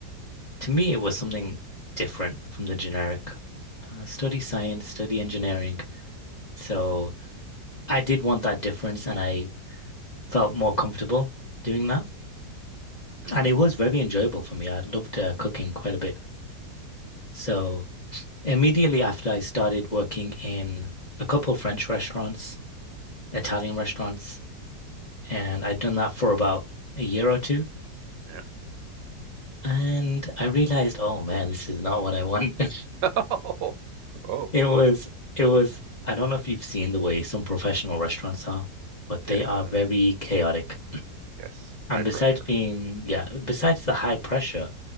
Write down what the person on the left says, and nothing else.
To me, it was something different from the generic uh, study science, study engineering. So I did want that difference, and I felt more comfortable doing that.
And it was very enjoyable for me. I loved uh, cooking quite a bit. So immediately after I started working in a couple of French restaurants, Italian restaurants, and I'd done that for about a year or two.
And I realized, oh man, this is not what I want. <laughs>
It was, it was, I don't know if you've seen the way some professional restaurants are, but
they are very chaotic.
And
besides being, yeah, besides the high pressure,